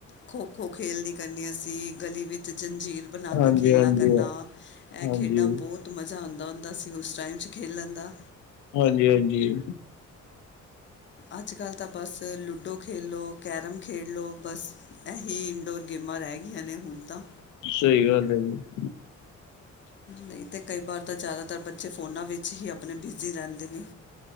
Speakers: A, on the left; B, on the left.
A: ਖੋ-ਖੋ ਖੇਲਣੀ ਕਰਨੀ ਅਸੀ ਗਲੀ ਵਿਚ ਜੰਜੀਰ ਬਣਾ
B: ਹਾਂਜੀ
A: ਕੇ ਖੇਲਣਾ
B: ਹਾਂਜੀ
A: ਕਰਨਾ ਐ
B: ਹਾਂਜੀ
A: ਖੇਡਾਂ ਬਹੋਤ ਮਜ਼ਾ ਆਂਦਾ ਹੁੰਦਾ ਸੀ ਉਸ ਟਾਈਮ 'ਚ ਖੇਲਣ ਦਾ
B: ਹਾਂਜੀ-ਹਾਂਜੀ।
A: ਅਜ-ਕੱਲ ਤਾਂ ਬਸ ਲੂਡੋ ਖੇਲ ਲੋ ਕੈਰਮ ਖੇਲ ਲੋ ਬਸ। ਐਹੀ ਇਨਡੋਰ ਗੇਮਾਂ ਰੈਹ ਗਈਆਂ ਨੇ ਹੁਣ ਤਾਂ।
B: ਸਈ ਗੱਲ ਐ ਜੀ।
A: ਨਈ ਤੇ ਕਈ ਵਾਰ ਤਾਂ ਜ਼ਿਆਦਾਤਰ ਬੱਚੇ ਫੋਨਾਂ ਵਿੱਚ ਈ ਆਪਣੇ ਬਿਜ਼ੀ ਰੈੰਦੇ ਨੇ।